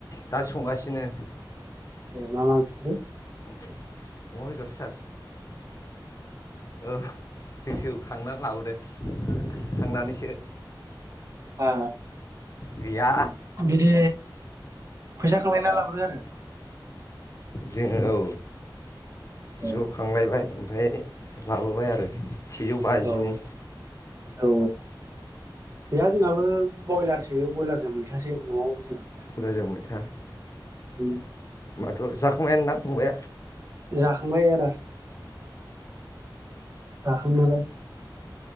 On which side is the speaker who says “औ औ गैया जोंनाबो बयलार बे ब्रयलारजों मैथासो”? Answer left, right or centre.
Right